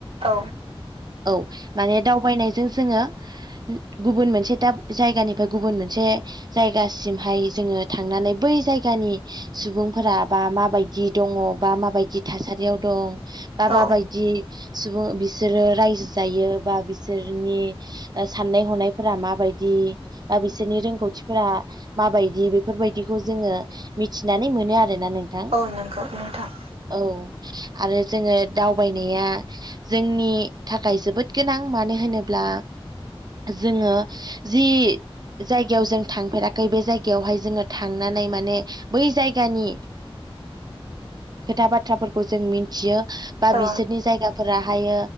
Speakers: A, on the right (about 75°); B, on the right (about 45°).
A: औ
B: औ माने दावबायनायजों जोंङो गुबुन मोनसे दाब जायगानिफ्राय गुबुन मोनसे जायगासिमहाय जोंङो थांनानै बै जायगानि सुबुंफोरा बा माबायदि दंङ बा माबायदि थासारियाव दं बा
A: औ
B: माबायदि सुबुं बिसोरो रायजो जायो बा बिसोरनि ओ साननाय हनायफोरा माबायदि बा बिसोरनि रोंगौथिफोरा माबायदि बेफोरबायदिखौ जोंङो मिथिनानै मोनो आरोना नोंथां
A: औ नंगौ नोंथां।
B: औ आरो जोङो दावबायनाया जोंनि थाखाय जोबोद गोनां मानो होनोब्ला जोंङो जि जायगायाव जों थांफेराखै बे जायगायावहाय जोङो थांनानै माने बै जायगानि खोथा बाथ्राफोरखौ जों मिथियो। बा
A: औ
B: बिसोरनि जायगाफोराहायो